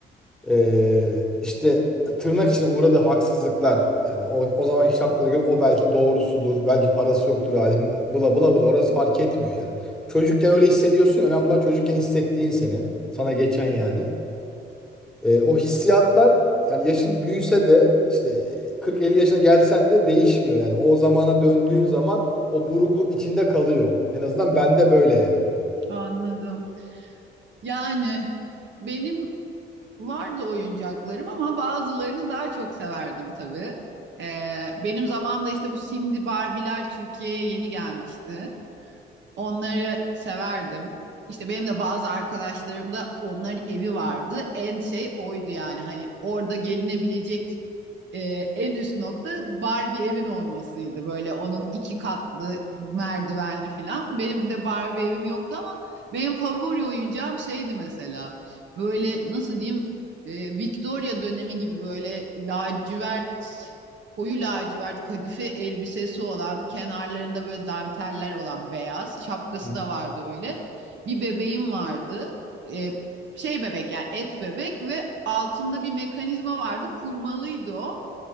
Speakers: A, in the centre; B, on the right (about 65°).
A: eee, işte tırnak içine uğradığı haksızlıklar yani o, o zamanki şartlara göre o belki doğrusudur. Belki parası yoktur ailenin. Bla bla bla orası fark etmiyor yani. Çocukken öyle hissediyorsun ya. Önemli olan çocukken hissettiğin senin. Sana geçen yani. E, o hissiyatlar yani yaşın büyüse de işte 40-50 yaşına gelsen de değişmiyor yani. O zamana döndüğün zaman o burukluk içinde kalıyor. En azından bende böyle yani.
B: Anladım. Yani benim vardı oyuncaklarım ama bazılarını daha çok severdim tabii. Ee, benim zamanımda işte bu Cindy Barbie'ler Türkiye'ye yeni gelmişti. Onları severdim. İşte benim de bazı arkadaşlarım da onların evi vardı. En şey oydu yani hani orada gelinebilecek e, en üst nokta Barbie evin olmasıydı. Böyle onun iki katlı merdivenli filan. Benim de Barbie evim yoktu ama benim favori oyuncağım şeydi mesela. Böyle nasıl diyeyim e, Victoria dönemi gibi böyle lacivert koyu lacivert kadife elbisesi olan kenarlarında böyle danteller olan beyaz şapkası
A: Hı.
B: da vardı öyle. Bir bebeğim vardı. E, şey bebek yani et bebek ve altında bir mekanizma vardı kurmalıydı o